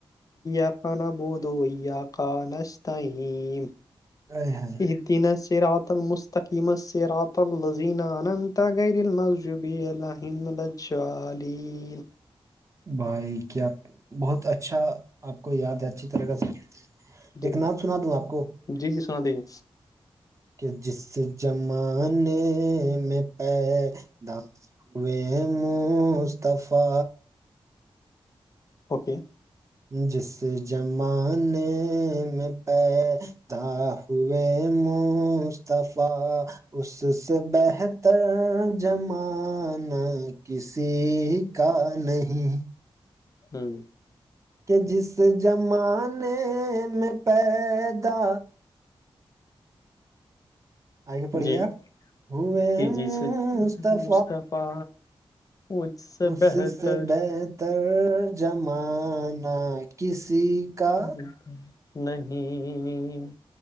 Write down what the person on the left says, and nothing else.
آ ک ن بہودو آ ک نستتحم
یہ دینس سے رات المستقیمت سے رۃ ال لذینہ اننتا گریل مضجب ع انلہجالین
جی
جی جی سنا دیے
اوکے
ہوں
جی
کہ جس مصطفی مجھ سے
بہتر
جچ نہیں